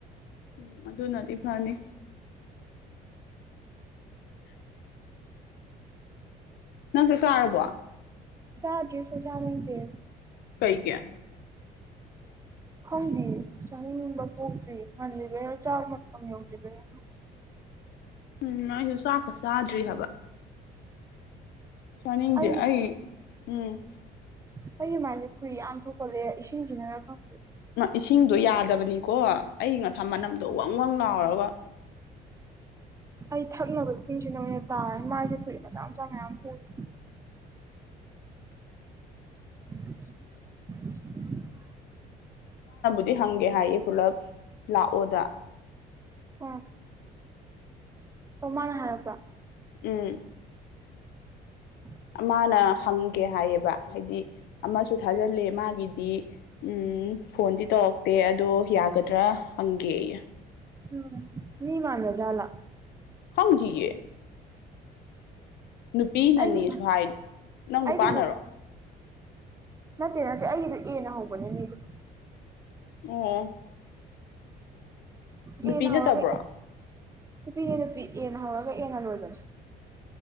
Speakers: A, on the left; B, on the right.
A: ꯎꯝ ꯑꯗꯨꯅꯗꯤ ꯐꯅꯤ ꯅꯪꯁꯦ ꯆꯥꯔꯕꯣ
B: ꯆꯒꯦꯁꯨꯖꯥꯅꯒ
A: ꯀꯩ ꯀꯌꯥ
B: ꯈꯜꯂꯤ ꯆꯥꯅꯤꯡꯕ ꯄꯣꯛꯗ꯭ꯔꯤ ꯈꯜꯂꯤ ꯀ ꯆꯥ ꯃꯇꯝ ꯌꯧꯗ꯭ꯔꯤꯔꯤꯕꯅꯤ
A: ꯎꯝ ꯑꯩꯁꯨ ꯆꯥꯛꯀ ꯆꯥꯗ꯭ꯔꯤ ꯍꯥꯏꯕ ꯆꯥꯅꯤꯡꯗꯦ
B: ꯑ
A: ꯑꯩ ꯎꯝ
B: ꯀꯒꯤ ꯃꯥꯏꯗꯤꯦ ꯈꯨꯨꯔꯤ ꯌꯥꯝꯟ ꯊꯣꯛꯀꯠꯂꯦ ꯏꯁꯤꯡꯁꯤꯅꯔ ꯈꯪꯗꯦ
A: ꯏꯁꯤꯡꯗꯣ ꯌꯥꯗꯕꯅꯤꯀꯣ ꯑꯩ ꯉꯁꯥ ꯃꯅꯝꯗꯣ ꯋꯥꯪ ꯋꯥꯋꯪ ꯂꯥꯎꯔꯒ
B: ꯑꯩ ꯊꯛꯅꯕꯅꯕꯁꯦ ꯁꯤꯡꯁꯤ ꯅ ꯑꯣꯏꯅ ꯇꯥꯔ ꯃꯥꯏꯁꯦ ꯐꯔꯤ ꯃꯆꯥ ꯃꯆꯥ ꯃꯌꯥꯝ ꯊꯣꯛꯏ
A: <inaudible>
B: <inaudible>
A: ꯗꯤ ꯍꯪꯒꯦ ꯍꯥꯏꯌꯦ ꯄꯨꯂꯞ ꯂꯥꯛꯑꯣꯗ
B: ꯑ ꯑꯣꯃꯥꯟ ꯍꯥꯏꯔꯁ
A: ꯎꯝ
B: ꯎ
A: ꯃꯥꯅ ꯍꯪꯒꯦ ꯍꯥꯏꯌꯦꯕ ꯍꯥꯏꯗꯤ ꯑꯃꯁꯨ ꯊꯥꯖꯤꯜꯂꯦ ꯃꯥꯒꯤꯗꯤ ꯎꯝ ꯐꯣꯟꯗꯤ ꯇꯧꯔꯛꯇꯦ ꯑꯗꯣ ꯌꯥꯒꯗ꯭ꯔꯥ ꯍꯪꯒꯦ ꯑꯩ
B: ꯎꯝ ꯃꯤ ꯃꯥꯟꯂ ꯆꯂ
A: ꯍꯪꯖꯤꯌꯦ ꯅꯨꯄꯤꯅꯅꯦ
B: ꯑꯩꯒꯤ
A: ꯁꯨ ꯍꯥꯏ ꯅꯪ ꯅꯨꯄꯥꯅꯔꯣ
B: ꯑꯩꯒꯤꯗꯨ ꯅꯠꯇꯦ ꯅꯠꯇꯦ ꯑꯩꯗꯨ ꯑꯦ ꯅ ꯍꯧꯕꯅꯦ ꯃꯤꯗꯤ
A: ꯑꯣ ꯅꯨꯄꯤ
B: ꯌꯦꯅ
A: ꯅꯠꯇꯕ꯭ꯔꯣ
B: ꯍ ꯅꯨꯄꯤꯅꯦ ꯅꯨꯄꯤ ꯌꯦꯟ ꯍꯧꯔꯒ ꯑꯦꯟꯉꯔꯣꯏꯗꯅ